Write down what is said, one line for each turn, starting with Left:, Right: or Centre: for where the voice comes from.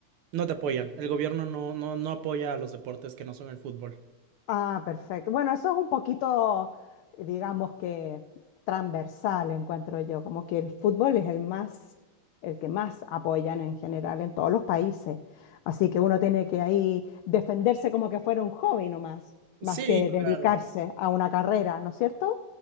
Right: no te apoyan. El gobierno no, no, no apoya a los deportes que no son el fútbol.
Left: Ah, perfecto. Bueno, eso es un poquito, digamos que transversal, encuentro yo, como que el fútbol es el más, el que más apoyan en general en todos los países. Así que uno tiene que ahí defenderse como que fuera un hobby nomás,
Right: Sí,
Left: más que
Right: claro.
Left: dedicarse a una carrera, ¿no es cierto?